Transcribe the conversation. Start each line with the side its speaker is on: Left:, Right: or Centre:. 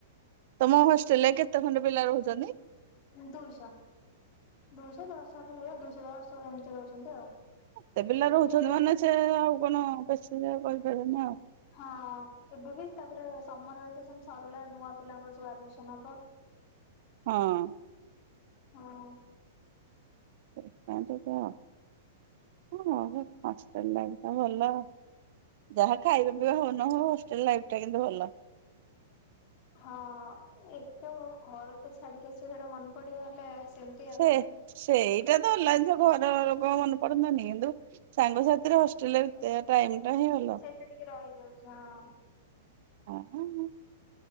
Right: ତୋମ ହଷ୍ଟେଲ୍ ରେ କେତେ ଖଣ୍ଡେ ପିଲା ରହୁଛନ୍ତି?
Left: ଦୁଇଶ ଦୁଇଶ ଦଶଶହ ଭଳିଆ ଦୁଇଶହ ଦଶ ଏମିତି ରହୁଛନ୍ତି ଆଉ।
Right: ତେ ପିଲା
Left: ଏବେ
Right: ରହୁଛନ୍ତି ମାନେ ସେ ଆଉ କଣ ବେଶୀ ଯେ ରିହିପାରିବନା?
Left: ହଁ ଏବେ ବି ତାପରେ ସମର୍ ଭେକେସନ୍ ସରିଲା ନୂଆ ପିଲାଙ୍କର ସବୁ ଆଡମିସନ୍ ହବ।
Right: ହଁ।
Left: ହଁ।
Right: <unintelligible> କେମିତି କୁହ? ସେ ବହେ <unintelligible> ଭଲ। ଯାହା ଖାଇବା ପିଇବା ହଉ ନ ହଉ ହଷ୍ଟେଲ୍ ଲାଇଫ୍ ଟା କିନ୍ତୁ ଭଲ।
Left: ହଁ ଏ ସବୁ ଘରେ ତ ଛାଡିକି ଆସିବୁ ସେଟା ମନେ ପଡିଗଲେ ସେମ
Right: ସେ ସେଇଟା ତ ହେଲାଣିି ତ ଘର ଲୋକଙ୍କ ମନେ ପଡନ୍ତାନି କିନ୍ତୁ ସାଙ୍ଗସାଥିରେ ହଷ୍ଟେଲ୍ ରେ ସେ ଟାଇମ ଟା ହିଁ ଭଲ।
Left: ସେ ଟିକେ ରହିଯାଉଛି ହଁ।
Right: ହଁ, ହେନେ